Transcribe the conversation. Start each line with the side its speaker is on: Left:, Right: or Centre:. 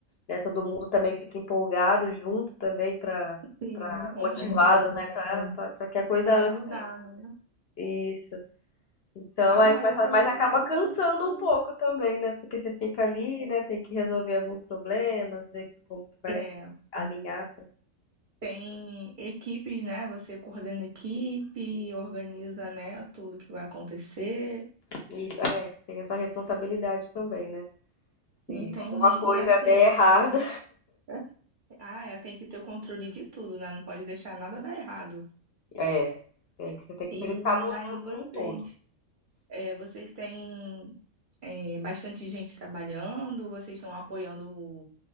Left: né, todo mundo também fique empolgado junto também para
Right: sim,
Left: para
Right: com
Left: motivado,
Right: certeza.
Left: né? Para que a coisa
Right: Pra
Left: ande.
Right: ajudar, né?
Left: Isso. Então,
Right: Ah,
Left: aí,
Right: mas
Left: mas,
Right: você
Left: mas
Right: já
Left: acaba
Right: conseguiu,
Left: cansando
Right: sim.
Left: um pouco também, né? Porque você fica ali, né? Tem que resolver alguns problemas, ver como que vai
Right: É,
Left: alinhar.
Right: tem equipes, né? Você coordena equipe, organiza, né, tudo que vai acontecer.
Left: Isso, é, tem essa responsabilidade também, né? Se
Right: Entendi.
Left: alguma coisa
Right: E assim,
Left: der errada,
Right: <laughs> né? ah, ela tem que ter o controle de tudo, né? Não pode deixar nada dar errado.
Left: é, é que você tem que
Right: E
Left: pensar no, no,
Right: ali vocês,
Left: num todo.
Right: é, vocês têm é, bastante gente trabalhando, vocês estão apoiando